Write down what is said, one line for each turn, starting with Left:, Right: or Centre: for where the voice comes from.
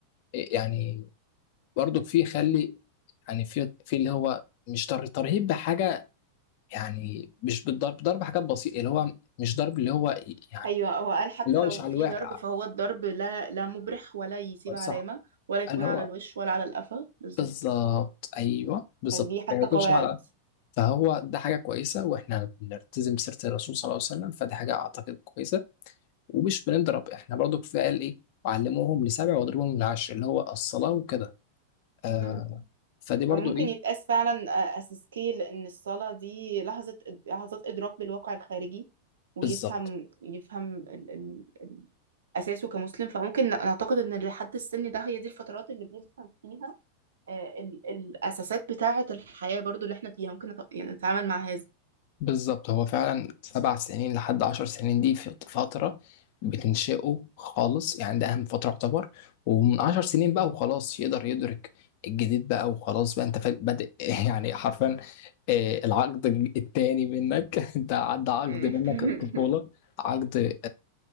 Left: آه، يعني برضو في خلي يعني في في اللي هو مش تر- ترهيب بحاجه يعني مش بالضرب ضرب حاجات بسيطه اللي هو مش ضرب اللي هو يعني
Right: ايوه هو قال حتى
Left: اللي هو
Right: لو
Left: مش على
Right: في
Left: الواحد
Right: ضرب فهو الضرب لا لا مبرح ولا يسيب علامة
Left: صح
Right: ولا يكون
Left: اللي
Right: على
Left: هو
Right: الوش ولا على القفا بالظبط
Left: بالظبط ايوه بالظبط
Right: كان ليه حتى
Left: ما يكونش
Right: قواعد
Left: على فهو ده حاجه كويسه واحنا بنلتزم بسيره الرسول صلى الله عليه وسلم فده حاجه اعتقد كويسه ومش بنضرب احنا برضو كفايه قال ايه وعلموهم لسبع واضربوهم لعشر اللي هو الصلاه وكده آه
Right: مم.
Left: فدي برضو
Right: فممكن
Left: ايه
Right: يتقاس فعلا أس سكيل إن الصلاة دي لحظة لحظات إدراك بالواقع الخارجي ويفهم
Left: بالظبط
Right: يفهم ال... ال... أساسه كمسلم فممكن نعتقد إن لحد السن ده هي دي الفترات اللي بيفهم فيها آه، ال... الأساسات بتاعة الحياة برضو اللي إحنا فيها ممكن نت... يعني نتعامل مع هذا
Left: بالظبط هو فعلا سبع سنين لحد عشر سنين دي في فترة بتنشئه خالص يعني ده أهم فترة يعتبر ومن عشر سنين بقى وخلاص يقدر يدرك الجديد بقى وخلاص بقى أنت فا- بادئ <laughs> يعني حرفيا آه، العقد الج- التاني منك <laughs> أنت عدى عقد
Right: <laughs>
Left: منك الطفولة عقد